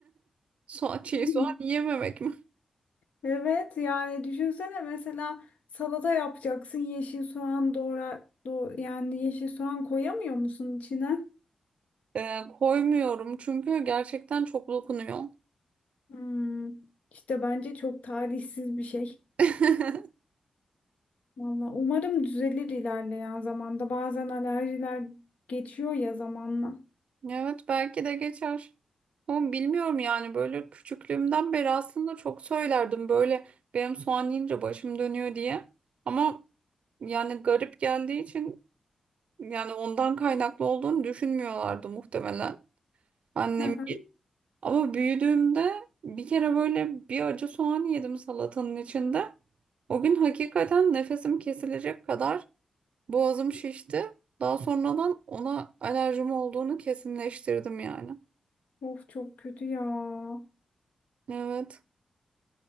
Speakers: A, on the right; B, on the left.
A: Soğan, çiğ
B: <laughs>
A: soğan yememek mi?
B: Evet yani düşünsene mesela salata yapacaksın yeşil soğan doğra do yani yeşil soğan koyamıyor musun içine?
A: Ee, koymuyorum çünkü gerçekten çok dokunuyor.
B: Hmm, işte bence çok talihsiz bir şey.
A: <laughs>
B: Valla umarım düzelir ilerleyen zamanda. Bazen alerjiler geçiyor ya zamanla.
A: Evet belki de geçer. Ama bilmiyorum yani böyle küçüklüğümden beri aslında çok söylerdim böyle benim soğan yiyince başım dönüyor diye. Ama yani garip geldiği için Yani ondan kaynaklı olduğunu düşünmüyorlardı muhtemelen annem.
B: Hı hı.
A: Ama büyüdüğümde bir kere böyle bir acı soğan yedim salatanın içinde. O gün hakikaten nefesim kesilecek kadar boğazım şişti. Daha sonradan ona alerjim olduğunu kesinleştirdim yani.
B: Of çok kötü ya.
A: Evet.